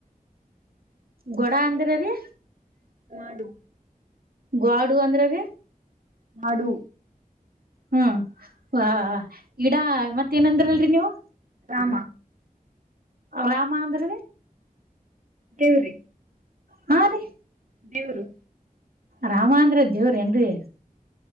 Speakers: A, on the right; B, on the right.
A: ಗೋಡ ಅಂದರ ರೀ
B: ಮಾಡು
A: ಗಾಡು ಅಂದ್ರ ರ
B: ನಾಡು
A: ಹ್ಮ್ ವಾ ಗಿಡಾ ಮತ್ತೇಏನಂದ್ರಲ್ರರಿ ನೀವು
B: ಆಾ
A: ರಾಮಾಂದ್ರದ
B: ದೇವ್ರಿ
A: ಹಾ ರೀ
B: ದೇವರು
A: ರಾಮ ಅಂದ್ರೆ ದೇವ್ರ ಏನ್ರಿ